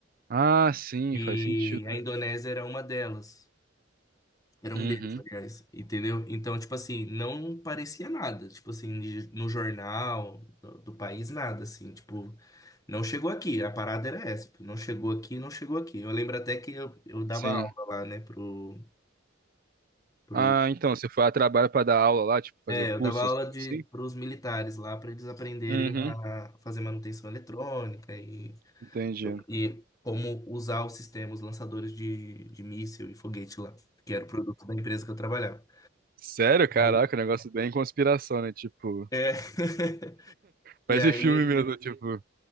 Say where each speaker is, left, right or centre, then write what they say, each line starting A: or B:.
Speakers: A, on the right; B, on the left.
A: Ah, sim,
B: e
A: faz sentido.
B: a Indonésia era uma delas, era
A: uhum,
B: um deles, aliás, entendeu? Então, tipo assim, não parecia nada, tipo assim, de- no jornal do, do país, nada, assim, tipo... Não chegou aqui, a parada era essa. tipo, Não chegou aqui, não chegou aqui. Eu lembro até que eu, eu dava
A: Sim.
B: aula lá, né, pro, pro...
A: Ah, então, você foi a trabalho pra dar aula lá, tipo, fazer
B: É,
A: cursos,
B: eu dava aula de,
A: assim?
B: pros militares lá para eles aprenderem
A: uhum.
B: a fazer manutenção eletrônica e,
A: Entendi.
B: e como usar os sistemas lançadores de, de míssil e foguete lá, que era o produto da empresa que eu trabalhava.
A: Sério, caraca,
B: Aí-
A: um negócio bem conspiração, né? Tipo,
B: É. <laughs>
A: parece
B: E aí
A: filme mesmo, tipo.